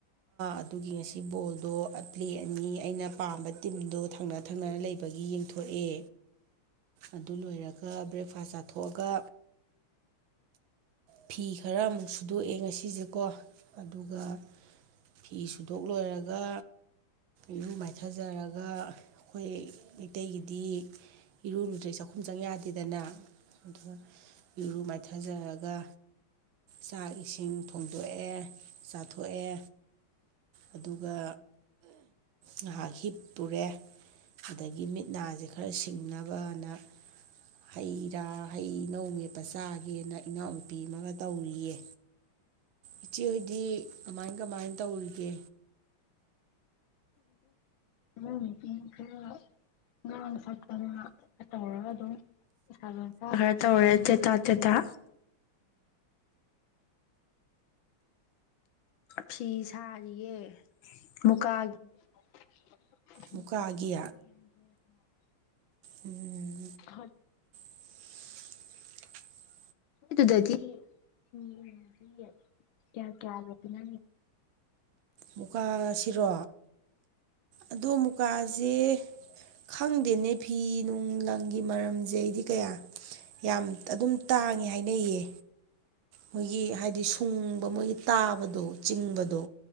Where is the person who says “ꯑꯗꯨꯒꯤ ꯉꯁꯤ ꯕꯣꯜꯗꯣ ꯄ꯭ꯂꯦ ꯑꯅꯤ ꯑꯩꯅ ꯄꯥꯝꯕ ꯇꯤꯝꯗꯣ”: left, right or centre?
Right